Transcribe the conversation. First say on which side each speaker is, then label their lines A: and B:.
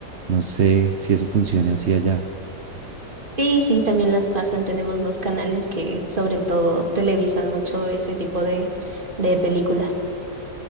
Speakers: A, on the right; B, on the right.
A: No sé si eso funcione así allá.
B: Sí, sí, también las pasan. Tenemos dos canales que sobre todo televisan mucho ese tipo de, de películas.